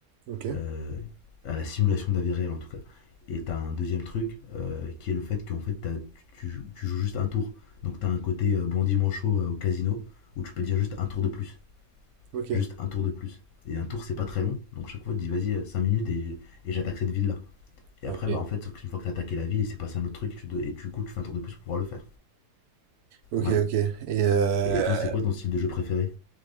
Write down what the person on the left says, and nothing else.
Euh, à la simulation de la vie réelle en tout cas. Et t'as un deuxième truc euh, qui est le fait qu'en fait tu, tu- joues juste un tour. Donc t'as un côté euh, bon dimanche euh, au casino où tu peux dire juste un tour de plus.
Juste un tour de plus. Et un tour c'est pas très long, donc chaque fois tu dis vas-y euh, 5 minutes et, et j'attaque cette ville là. Et
après, bah en fait, sauf qu'une fois que t'as attaqué la ville, il s'est passé un autre truc, tu dois- et du coup, tu fais un tour de plus pour pouvoir le faire.
Ouais.
Et toi, c'est quoi ton style de jeu préféré